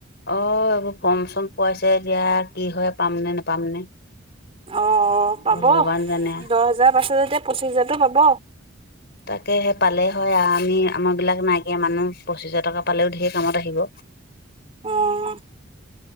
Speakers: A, on the left (about 55°); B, on the right (about 30°).
A: অ' এইবোৰ ফৰ্ম চম পোৱাইছে, এতিয়া কি হয় পামনে নাপাম নে।
B: অ' পাব।
A: ভগৱান
B: দহ
A: জানে
B: হাজাৰ পাছত যেতিয়া পঁচিছ হাজাৰটো পাব।
A: তাকে সেই পালে হয়, আমি আমাৰবিলাক নাইকিয়া মানুহ, পঁচিছ হাজাৰ টকা পালেও ধেৰ কামত আহিব।
B: অ'।